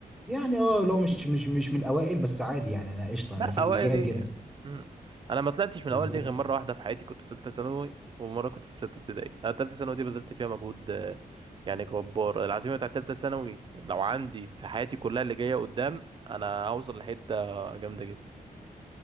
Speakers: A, in the centre; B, on the right (about 30°).
A: يعني اه لو مش مش مش من الاوائل بس عادي يعني انا قشطه
B: لا
A: انا في
B: اوائل
A: الجيد جدا
B: امم انا ما طلعتش من
A: بالظبط
B: الاول دي غير مره واحده في حياتي كنت في ثالثه ثانوي ومره كنت في سته ابتدائي انا ثالثه ثانوي دي بذلت فيها مجهود آه، يعني جبار العزيمه بتاعت ثالثه ثانوي لو عندي في حياتي كلها اللي جايه قدام انا هوصل لحته جامده جدا